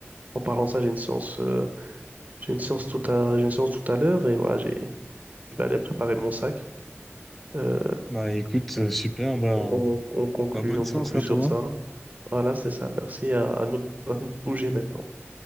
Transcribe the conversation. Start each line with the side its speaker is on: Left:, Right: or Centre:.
Right: en parlant de ça, j'ai une séance, euh, j'ai une séance tout à, j'ai une séance tout à l'heure et voilà, j'ai, je vais aller préparer mon sac. Euh,
Centre: Bah écoute, euh, super, bah,
Right: on, on conclut,
Centre: bah bonne
Right: on
Centre: séance
Right: conclut
Centre: à
Right: sur
Centre: toi.
Right: ça. Voilà, c'est ça. Merci à, à nous, à nous de bouger maintenant.